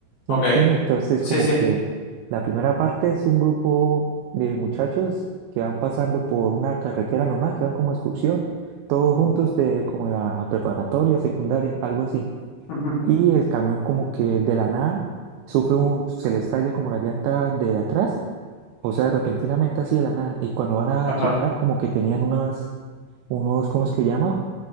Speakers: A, on the right; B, on the left.
A: ¿Sí
B: Ok.
A: me entiende? Entonces,
B: Sí,
A: como
B: sí.
A: que la primera parte es un grupo de muchachos que van pasando por una carretera normal, que van como excursión, todos
B: Ujú,
A: juntos de como la preparatoria, secundaria, algo así.
B: ujú,
A: Y el camión como que de la nada sufre un, se le estalla como la llanta de atrás, o sea, repentinamente así de la nada. Y cuando van a
B: Ajá,
A: checar, como que tenían unas, unos, ¿cómo es que llama?